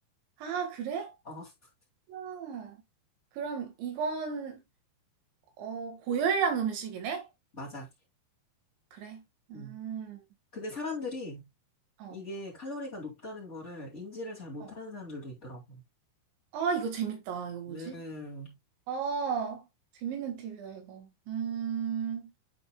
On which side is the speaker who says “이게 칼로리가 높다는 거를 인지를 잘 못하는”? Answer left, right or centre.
Left